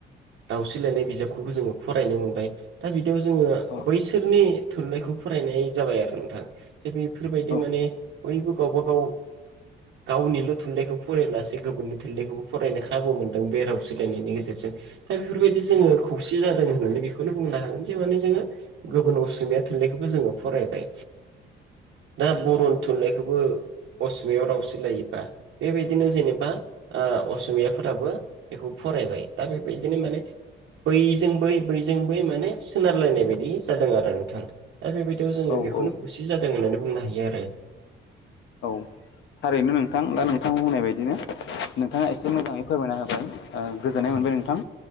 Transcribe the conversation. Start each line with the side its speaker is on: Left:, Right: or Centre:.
Right: दावस्रिलायनाय बिजाबखौबो जोङो फरायनो मोनबाय दा बि बियाव जोङो
Left: औ
Right: बैसोरनि थुनलाइखौ फरायनाय जाबाय आरो नों थां जे बेफोरबायदि
Left: औ
Right: माने बयबो गावब गाव गावनिल' थुनलाइखौ फरायलासे गुबुननि थुनलाइखौबो फरायनो खाबु मोनदों बे राव सोोलायनायनि गेजेरजों। दा बेफोरबायदि जोङो खौसे जादों होननानै बेखौनो बुंनो हागोन जे माने जोङो गुबुन असमिया थुनलाइखौबो जोङो फरायबाय। दा बर' थुनलाइखौबो असमियाव राव सोलायोबा बेबायदिनो जेनेब बा ओ असमियाफोराबो बेखौ फरायबाय दा बेबायदिनो माने बैजों बै बैजों बै माने सोनारलायनाय बायदि जादों आरो नोंथां दा बेबाय दियाव जोङो
Left: औ
Right: बेखौनो
Left: औ
Right: खौसे जादों होननानै बुंनो हायो आरो।
Left: औ थारैनो नोंथां दा नोंथां बुंनाय बाय दिनो नोंथाङा एसे मोजाङै फोरमायना होबाय गोजोननाय
Right: औ
Left: मोनबाय नोंथां।